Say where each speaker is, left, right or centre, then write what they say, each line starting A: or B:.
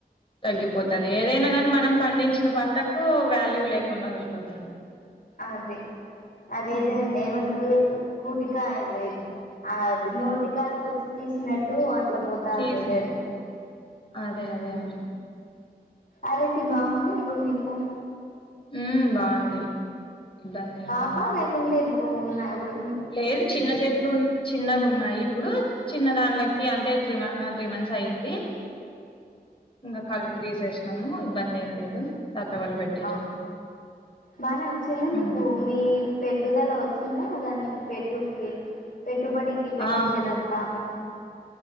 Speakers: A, on the left; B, on the left.
A: తగ్గిపోతది ఏదైనా కానీ
B: మ్మ్
A: మనం పండించిన పంటకు వాల్యూ లేకుండా వెళ్ళిపోతంది
B: అదే అదే
A: ఉమ్
B: అదే అండి ఏమంటారు కూటికా అద ఏది ఆ అది నోటి కాటి కొచ్చి తీసినట్టు అట్లా పోత
A: తీసినట్టు
B: అదదే
A: అదే అదే మరి
B: అరటి బాగుందా ఇప్పుడు మీకు
A: ఉ బాగుంది ఇబ్బంది ఏం
B: పాపా
A: లేదు
B: లేకుంటే ఇప్పుడు ఉన్నాయి ఉడు
A: లేదు చిన్న చే చిన్నవి ఉన్నాయి ఇప్పుడు చిన్న దాన్లకి అంటే త్రీ త్రీ మంత్స్ అయ్యింది. ఇంకా కలుపు తీసేసినాము ఇబ్బంది ఏం లేదు సతా వాళ్ళు పెట్టి
B: అ బానే వచ్చిందా
A: ఆ
B: మీకు మీ పెట్టుదల వచ్చిందా దానికి పెట్టు పెట్టుబడికి పెట్టింది
A: ఆ
B: దాన్ కదా